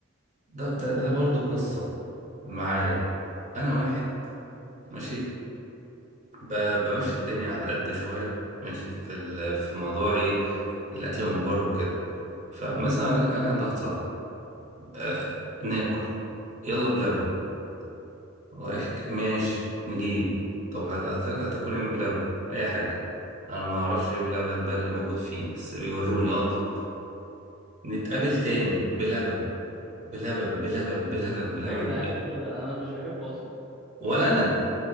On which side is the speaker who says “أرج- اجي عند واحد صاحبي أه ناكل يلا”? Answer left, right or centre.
Right